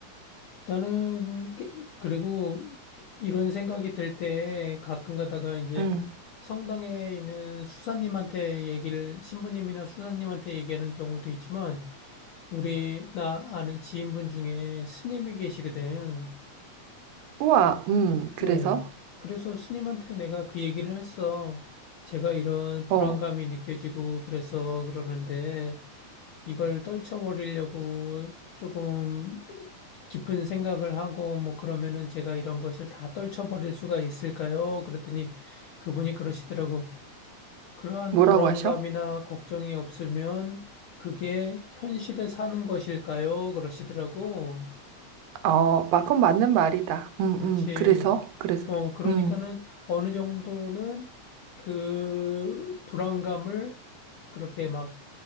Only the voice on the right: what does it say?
음.
우와, 음, 그래서?
어,
뭐라고
하셔?
어, 마, 그건 맞는 말이다. 음,
음, 그래서? 그래서?
음,